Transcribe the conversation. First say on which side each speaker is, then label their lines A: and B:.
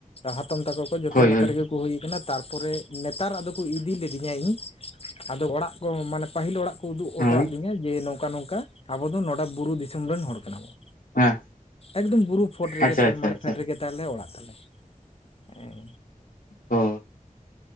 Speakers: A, on the left; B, on the left.
A: ᱦᱟᱛᱚᱢ ᱛᱟᱠᱚ ᱠᱚ ᱡᱚᱛᱚ
B: ᱦᱳᱭ
A: ᱱᱚᱛᱮ
B: ᱦᱳᱭ
A: ᱨᱮᱜᱮ ᱠᱚ ᱦᱩᱭ ᱠᱟᱱᱟ ᱛᱟᱨᱯᱚᱨᱮ ᱱᱮᱛᱟᱨ ᱟᱫᱚ ᱠᱚ ᱤᱫᱤ ᱞᱤᱫᱤᱧᱟ ᱤᱧ᱾ ᱟᱫᱚ ᱚᱲᱟᱜ ᱠᱚ ᱢᱟᱱᱮ ᱯᱟᱹᱦᱤᱞ ᱚᱲᱟᱜ ᱩᱫᱩᱜ ᱦᱚᱴᱚᱣᱟᱫᱤᱧᱟ
B: ᱦᱳᱭ
A: ᱡᱮ ᱱᱚᱝᱠᱟ ᱱᱚᱝᱠᱟ ᱟᱵᱚ ᱫᱚ ᱱᱚᱰᱮ ᱵᱩᱨᱩ ᱫᱤᱥᱚᱢ ᱨᱮᱱ ᱦᱚᱲ ᱠᱟᱱᱟ ᱵᱚᱱ᱾
B: ᱦᱮᱸ
A: ᱮᱠᱫᱚᱢ ᱵᱩᱨᱩ ᱯᱷᱳᱰ ᱨᱮᱜᱮ
B: ᱟᱪᱪᱷᱟ ᱟᱪᱪᱷᱟ
A: ᱢᱟᱱᱮ
B: ᱟᱪᱪᱷᱟ
A: ᱯᱷᱮᱰ ᱨᱮᱜᱮ ᱛᱟᱞᱮ ᱚᱲᱟᱜ ᱛᱟᱞᱮ ᱦᱮᱸ
B: ᱚ